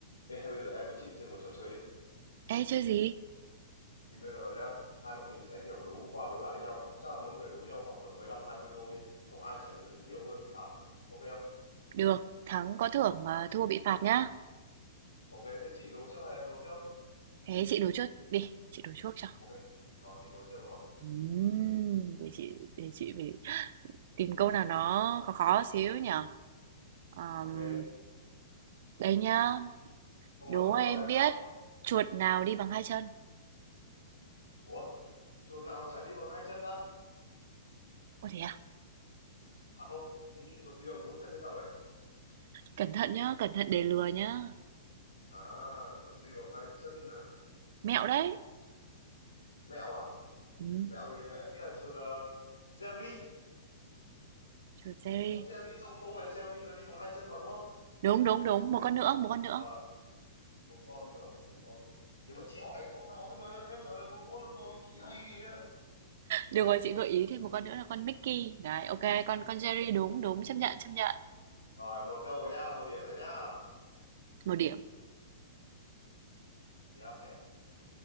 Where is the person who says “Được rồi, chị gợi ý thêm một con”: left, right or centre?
Right